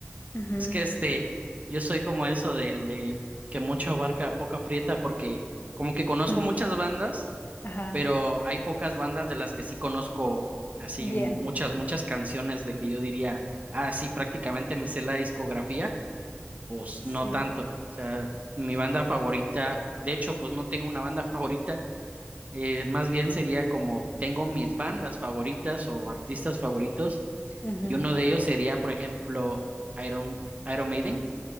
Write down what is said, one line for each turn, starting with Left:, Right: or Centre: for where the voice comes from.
Left: ujú,
Right: Es que este, yo soy como eso del de que mucho abarca, poco aprieta, porque como que conozco
Left: ujú,
Right: muchas bandas,
Left: <laughs> Ajá,
Right: pero hay pocas bandas de las que sí conozco así
Left: bien.
Right: muchas,
Left: ajá,
Right: muchas canciones de que yo diría, ah, sí, prácticamente me sé la discografía, pues
Left: Sí.
Right: no tanto. O sea, mi banda favorita, de hecho, pues no tengo una banda <laughs> favorita, eh, más bien sería como tengo mis bandas favoritas o artistas favoritos,
Left: ujú,
Right: y uno de ellos sería, por ejemplo, Iron, Iron Maiden